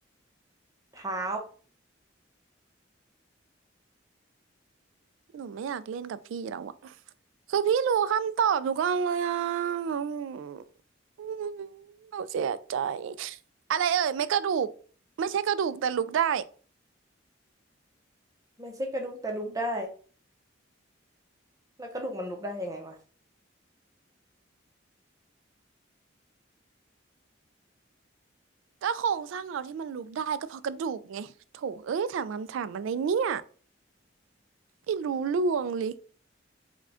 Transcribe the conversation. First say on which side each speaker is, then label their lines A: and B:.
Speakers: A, on the right; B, on the right.
A: เท้า
B: หนูไม่อยากเล่นกับพี่แล้วอ่ะคือพี่รู้คำตอบทุกอันเลยอ่ะอืมอืมหนูเสียใจ อะไรเอ่ยไม่กระดูกไม่ใช่กระดูกแต่ลุกได้
A: ไม่ใช่กระดูกแต่ลุกได้แล้วกระดูกมันลุกได้ยังไงวะ
B: ก็โครงสร้างเราที่มันลุกได้ก็เพราะกระดูกไงโถเอ้ยถามคำถามอะไรเนี่ยไม่รู้ล่วงเลย